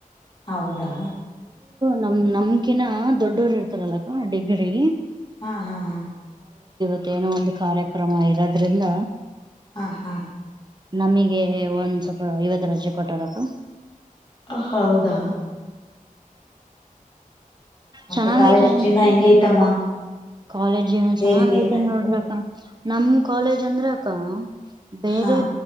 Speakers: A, on the left; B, on the right.
A: ಹೌದಾ
B: ನಮ ನಮ್ಕಿನ ದೊಡ್ಡೋರು ಇರ್ತಾರದಕ್ಕ ಡಿಗ್ರಿ
A: ಹಾ ಹಾ ಹಾ
B: ಮತ್ತೇನೋ ಒಂದು ಕಾರ್ಯಕ್ರಮ ಇರೋದ್ರಿಂದ
A: ಹಾ ಹಾ
B: ನಮಗೆ ಒಂದ್ ಸ್ವಲ್ಪ ಐವತ್ತು ರಜೆ ಕೊಟ್ಟಾರಕ್ಕ
A: ಹ ಹೌದಾ ಮತ್ತೆ
B: ಚೆನ್ನಾಗ
A: ಕಾಲೇಜ್
B: ಐತೆ
A: ಜೀವನ ಹೆಂಗ ಐತಮ್ಮ
B: ಕಾಲೇಜ್ ಜೀವನ
A: ಸೇರಿದೆಯಲ್ಲ
B: ಚೆನ್ನಾಗ ಐತೆ ನೋಡ್ರ ನಮ ಕಾಲೇಜ್ ಅಂದ್ರಕ್ಕ ಬೇರೆ
A: ಹಾ